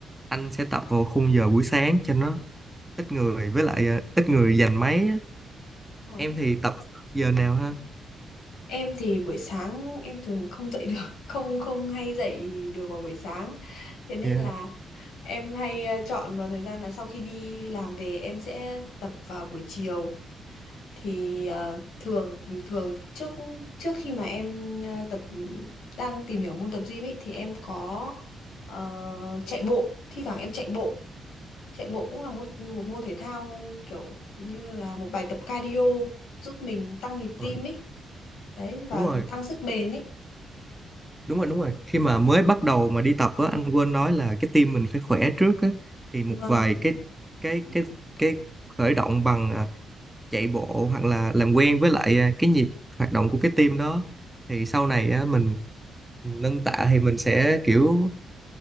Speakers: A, in the centre; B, on the left.
A: anh sẽ tập vào khung giờ buổi sáng cho nó ít người với lại ờ, ít người giành máy á.
B: Ôi,
A: em thì tập giờ nào ha
B: Em thì buổi sáng em thường không dậy <laughs> được, không không hay dậy được vào buổi sáng. Thế nên
A: Dạ.
B: là em hay ờ, chọn vào thời gian là sau khi đi làm về em sẽ tập vào buổi chiều. Thì ờ, thường thường trước trước khi mà em ờ, tập đang tìm hiểu môn tập gym ấy thì em có ờ, chạy bộ, thi thoảng em chạy bộ Chạy bộ cũng là một một môn thể thao kiểu như là một bài tập cardio giúp mình tăng nhịp
A: Ờ,
B: tim ấy. Đấy và
A: đúng rồi
B: tăng sức bền ấy.
A: đúng rồi đúng rồi khi mà mới bắt đầu mà đi tập á anh quên nói là cái tim mình phải khỏe trước á thì một
B: Vâng.
A: vài cái cái cái cái khởi động bằng à, chạy bộ hoặc là làm quen với lại à, cái nhịp hoạt động của cái tim đó thì sau này á mình nâng tạ thì mình sẽ kiểu